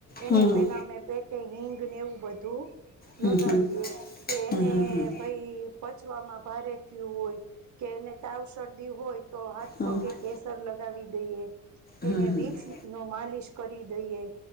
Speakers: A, on the right; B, on the left.
A: એને
B: હમ
A: પેલા અમે પેટે એવું બધું
B: હમ
A: લગાડીએ.
B: હમ
A: કે એને
B: હમ હમ
A: ભાઈ પચવામાં ભારે થયું હોય. કે એને તાવ શરદી હોય તો, હાથ
B: હમ
A: પગે કેસર લગ વી દઈએ.
B: હમ હમ
A: એને વિકસ નો માલિશ કરી દઈએ.